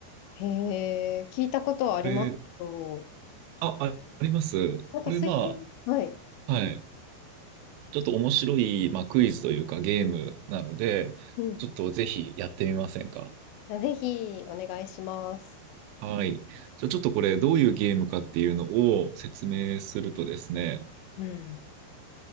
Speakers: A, on the left; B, on the right.
A: へえ、聞いたことはありますけど、
B: これ、あ、あありますこれ、
A: なんか水平、
B: ま
A: はい。
B: あ、はい。ちょっと面白い、まあ、クイズというかゲームなので、
A: うん。
B: ちょっとぜひやってみませんか
A: あぜひ、お願いします。
B: はい。じゃあちょっとこれ、どういうゲームかっていうのを説明するとですね、
A: うん。